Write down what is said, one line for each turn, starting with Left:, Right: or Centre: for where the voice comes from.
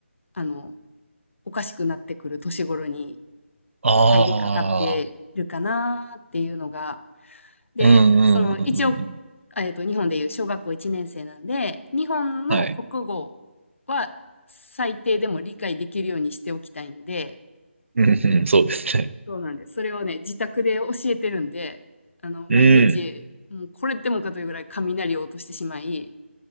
Left: あの、おかしくなってくる年頃に
Right: ああ、
Left: 入りかかってるかなっていうのが。で、
Right: うんうんうんうんうん。
Left: その一応、えっと、日本でいう小学校1年生なんで、日本の国語は最低でも理解できるようにしておきたいんで、
Right: はい。うんうん、そうですね。
Left: そうなんです。それをね、自宅で教えてるんで、あの、
Right: うん。
Left: 毎日、もうこれでもかというぐらい雷を落としてしまい、